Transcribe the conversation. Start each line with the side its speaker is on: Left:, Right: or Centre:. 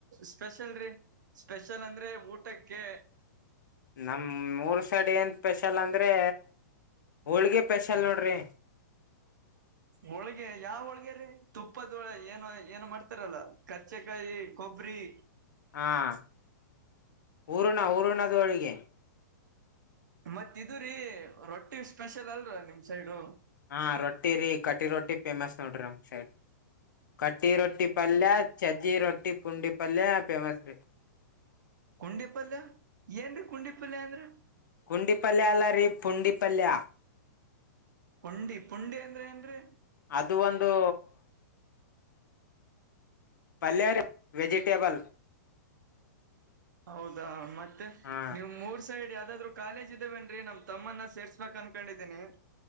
Right: ಸ್ಪೆಷಲ್ರರಿ ಸ್ಪೆಷಲ್ ಅಂದ್ರೆ ಊಟಕ್ಕೆ
Left: ನಮ್ಮ ಊರು ಸೈಡ್ ಏನು ಸ್ಪೆಷಲ್ ಅಂದ್ರೆ ಹೋಳ್ಗೆ ಸ್ಪೆಷಲ್ ನೋಡ್ರಿ
Right: ಹೋಳ್ಗೆ ಯಾವ ಹೋಳ್ಗೆರೀ ತುಪ್ಪದೋಳ ಏನ ಏನು ಮಾಡ್ತಾರಲ್ಲ. ಕರ್ಚೆಕಾಯಿ ಕೊಬ್ಬರಿ.
Left: ಹಾಂ ಊರ್ಣ ಊರ್ರಣದೊಳಗೆ.
Right: ಮತ್ ಇದು ರಿ ರೊಟ್ಟಿ ಸ್ಪೆಷಲ್ ಅಲ್ರ ನಿಮ್ ಸೈಡು.
Left: ಹಾ ರೊಟ್ಟಿ ರೀ ಕಟ್ಟಿ ರೊಟ್ಟಿ ಫೇಮಸ್ ನೋಡ್ರಿ ನಮ್ ಸೈಡ್. ಕಟ್ಟಿ ರೊಟ್ಟಿ ಪಲ್ಯ ಚಜ್ಜಿ ರೊಟ್ಟಿ ಪುಂಡಿ ಪಲ್ಯ ಫೇಮಸ್ ರೀ.
Right: ಕುಂಡಿ ಪಲ್ಯ ಏನ್ರೀ ಕುಂಡಿ ಪಲ್ಯ ಅಂದ್ರ.
Left: ಕುಂಡಿ ಪಲ್ಯ ಅಲ್ಲ ರೀ ಪುಂಡಿ ಪಲ್ಯ.
Right: ಪುಂಡಿ ಪುಂಡಿ ಅಂದ್ರೆ ಏನ್ರಿ.
Left: ಅದು ಒಂದು. ಪಲ್ಯ ರಿ ವೆಜಿಟೇಬಲ್.
Right: ಹೌದಾ ಮತ್ತೆ
Left: ಹಾ
Right: ನಿಮ್ ಊರ್ ಸೈಡ್ ಯಾವ್ದಾದ್ರು. ಕಾಲೇಜ್ ಇದವೇನ್ ರಿ ನಮ್ ತಮ್ಮನ್ನ ಸೇರ್ಸ್ಬೇಕ್ ಅನ್ಕೊಂಡಿದ್ದೀನಿ.